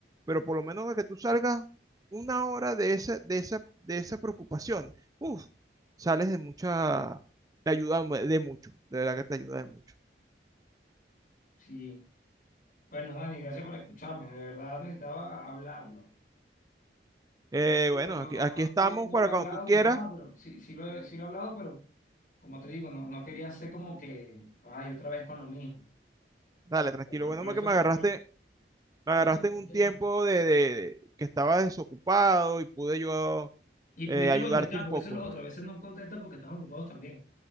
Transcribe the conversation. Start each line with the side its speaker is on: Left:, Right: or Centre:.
Right: pero por lo menos para que tú salgas una hora de esa, de esa, de esa preocupación, uf, sales de mucha, te ayuda de mucho, de verdad que te ayuda de mucho.
Left: sí. Bueno, Dani, gracias por escucharme. De verdad necesitaba hablarlo.
Right: Eh,
Left: Como te
Right: bueno,
Left: digo, no,
Right: aquí,
Left: no,
Right: aquí
Left: no es
Right: estamos
Left: que no
Right: para
Left: le he hablado
Right: cuando tú quieras.
Left: ni nada, pero sí, sí lo he, sí lo he hablado, pero como te digo, no, no quería ser como que, ay, otra vez con lo mismo.
Right: Dale, tranquilo.
Left: Por,
Right: Bueno,
Left: por eso,
Right: que me agarraste
Left: por, por
Right: me agarraste
Left: eso te
Right: en un
Left: llamé
Right: tiempo
Left: a ti.
Right: de, de- de- que estabas desocupado y pude yo
Left: Y pudiste
Right: eh, ayudarte
Left: contestar,
Right: un
Left: porque
Right: poco.
Left: eso es lo otro. A veces no contestas porque están ocupados también.